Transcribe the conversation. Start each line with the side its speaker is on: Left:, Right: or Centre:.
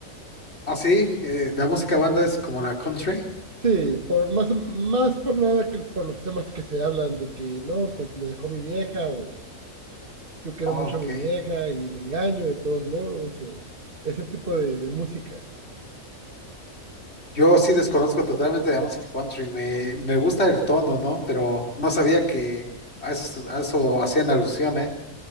Left: Ah, sí, eh, la música banda es como la country.
Right: Sí, por más, más por nada que por los temas que se hablan de que no, pues me dejó mi vieja o yo quiero
Left: Ah,
Right: mucho
Left: Ok.
Right: a mi vieja y le engaño de todos modos o ese tipo de, de música.
Left: Yo sí desconozco totalmente la música country. Me, me gusta el tono, ¿no? Pero no sabía que a eso, a eso hacían alusión, ¿eh?